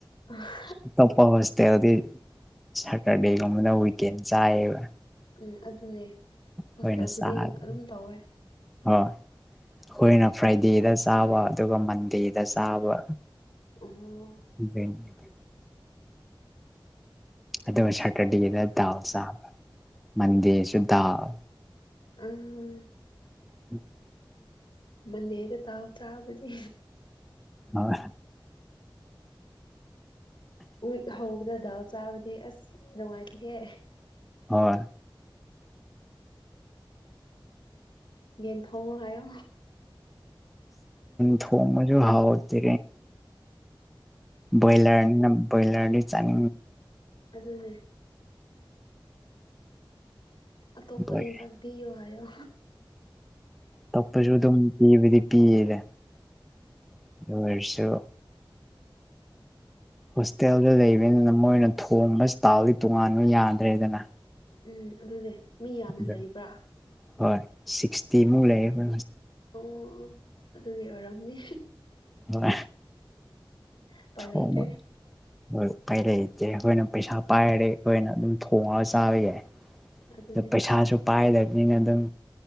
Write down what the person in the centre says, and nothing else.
ꯑꯇꯣꯞꯄ ꯍꯣꯁꯇꯦꯜꯗꯤ ꯁꯇꯔꯗꯦꯒꯨꯝꯕꯅ ꯋꯤꯀꯦꯟ ꯆꯥꯏꯌꯦꯕ
ꯑꯩꯈꯣꯏꯅ
ꯆꯥꯕ
ꯍꯣꯏ ꯑꯩꯈꯣꯏꯅ ꯐ꯭ꯔꯥꯏꯗꯦꯗ ꯆꯥꯕ ꯑꯗꯨꯒ ꯃꯟꯗꯦꯗ ꯆꯥꯕ
ꯦ <inaudible> ꯑꯗꯨꯒ ꯁꯇꯔꯗꯦꯗ ꯗꯥꯎꯜ ꯆꯥꯕ ꯃꯟꯗꯦꯁꯨ ꯗꯥꯜ
<inaudible>
ꯍꯣꯏ
ꯍꯣꯏ
ꯊ ꯃꯖ ꯍꯥꯥꯎ ꯀ ꯭ꯔꯣꯣꯌꯂꯔ ꯭ꯔꯣꯣꯌꯂꯔꯗꯤ ꯆꯥꯡ
ꯍꯣꯏ
ꯇꯄꯁꯨ ꯑꯗꯨ ꯄ ꯄꯤꯌꯦꯔ ꯑꯣꯏ ꯑꯣꯏꯔꯁꯨ ꯍꯣꯁꯇꯦꯜꯗ ꯂꯩꯕꯅꯤꯅ ꯃꯣꯏꯅ ꯊꯣꯡꯕ ꯏꯁꯇꯥꯜꯗꯤ ꯇꯣꯉꯥꯟꯕ ꯌꯥꯗ꯭ꯔꯦꯗꯅ
ꯑꯗꯨꯅ
ꯍꯣꯏ ꯁꯤꯛꯁꯇꯤꯃꯨꯛ ꯂꯩꯔꯦ
ꯍ
ꯍ
ꯀꯩ ꯂꯩꯇꯦ ꯑꯩꯈꯣꯏꯅ ꯄꯩꯁꯥ ꯄꯥꯏꯔꯦ ꯑꯩꯈꯣꯏꯅ ꯑꯗꯨꯝ ꯊꯣꯡꯉꯒ ꯆꯥꯕ ꯌꯥꯏ
ꯑ ꯄꯩꯁꯥꯁꯨ ꯄꯥꯏꯗꯕꯅꯤꯅ ꯑꯗꯨꯝ